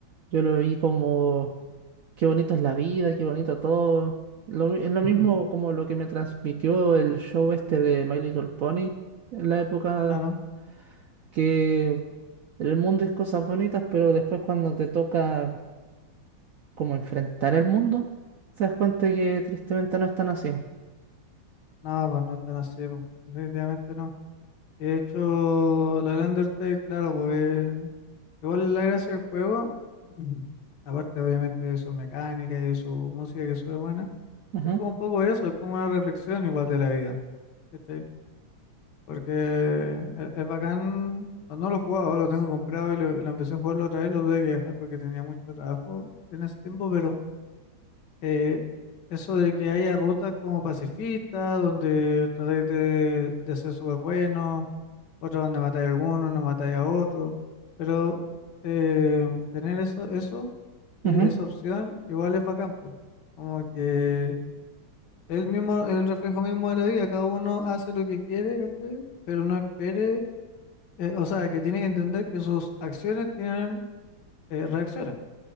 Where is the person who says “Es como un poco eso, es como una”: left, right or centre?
Left